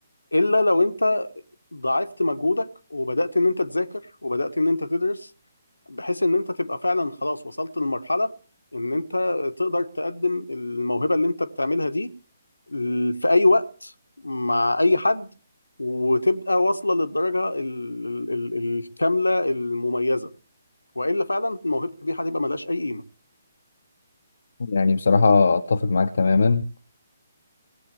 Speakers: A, on the left (about 80°); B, on the left (about 60°).
A: الا لو انت ضاعفت مجهودك وبدأت ان انت تذاكر وبدأت ان انت تدرس بحيث ان انت تبقى فعلا خلاص وصلت لمرحلة ان انت تقدر تقدم الموهبة اللي انت بتعملها دي ال- في اي وقت مع اي حد وتبقى واصلة للدرجة ال- ال- ال- الكاملة المميزة والا فعلا موهبتك دي هتبقى ملهاش اي قيمة
B: يعني بصراحه اتفق معاك تماما